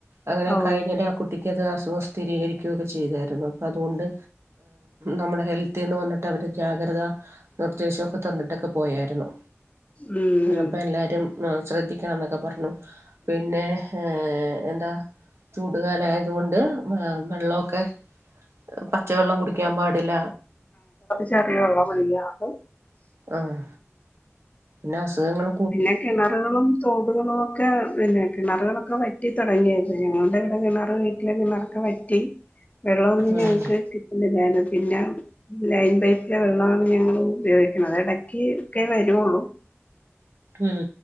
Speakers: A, on the right (about 60°); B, on the left (about 30°).
A: അങ്ങനെകഴിഞ്ഞീട്ടെ
B: ഓ
A: ആഹ് കുട് ഇക്കത്അസുഖം സ്ഥിരീകരിക്കുകഒക്കെ ചെയ്തേര്ന്നു പ്പഅതോണ്ട് നമ്മുടെ ഹെൽത്ത്ൽന്ന് വന്നി ട്ടഅവര് ജാഗ്രത നിർദ്ദേശോക്കെ തന്നിട്ടൊക്കെ പോയാരുന്നു
B: ഉം ഉം.
A: അപ്പ എല്ലാരും ശ്രദ്ധിക്കണംന്നൊക്കെ പറഞ്ഞു പിന്നെ ഏ എന്താ ചൂടുകാലായതുകൊണ്ട് വെള്ളോക്കെ പച്ചവെള്ളം കുടിക്ക്യാൻ പാടില്ല
B: ചെറിയ അളവില്ലാതെ
A: ആഹ് ന്നാ അസുഖങ്ങളും
B: പിന്നെ കിണറുകളും തോടുകളൊക്കെ പിന്നെ കിണറുകളൊക്കെ വറ്റി തൊടങ്ങി ഞങ്ങള്ടെ കിണർവീട്ടിലെ കിണറൊക്കെവറ്റ് വെള്ളോന്നും
A: ഉം
B: ഞങ്ങ്ക്ക്കിട്ടുന്നില്ലാനു പിന്നെ ലൈൻ പൈപ്പിലെ വെള്ളാണ് ഞങ്ങള് ഉപയോഗിക്ക്‌ണത്എടക്ക്ക്കെ വരൊള്ളൂ
A: ഉം